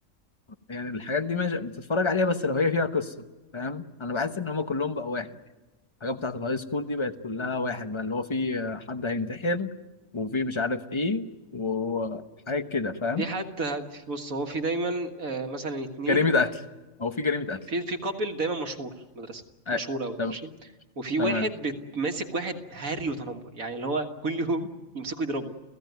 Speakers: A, on the left (about 25°); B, on the right (about 75°).
A: يعني الحاجات دي ماشي بتتفرج عليها بس لو هي فيها قصة فاهم انا بحس ان هما كلهم بقى واحد الحاجات بتاعت الهاي سكول دي بقت كلها واحد بقى اللي هو في حد هينتحر وفي مش عارف ايه وحاجات كده فاهم
B: في حد هت- بص هو في دايما آه، مثلا اتنين
A: جريمة قتل او في جريمة قتل
B: في في كابل دايما مشهور في مدرسة
A: أي-
B: مشهور قوي
A: تم-
B: ماشي وفي
A: تمام
B: واحد بت- ماسك واحد هري وتنمر يعني اللي هو كل يوم يمسكوا يضربوا